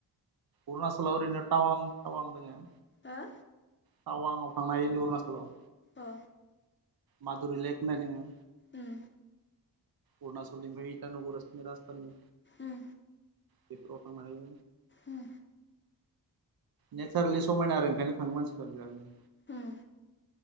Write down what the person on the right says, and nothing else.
अरनासलाव एरैनो थावां थावां दोङो।
थावांआव‌ थांनो हायो अरनाचलाव
माधुरि लेक होननाय दोङो
अरुनाचल ओमफ्राय इतानगर राजथावनि
बेफोराव थांनानै
नेचारेलि समायना आरो ओंखायनो थाङो मानसिफ्रा बिरादनो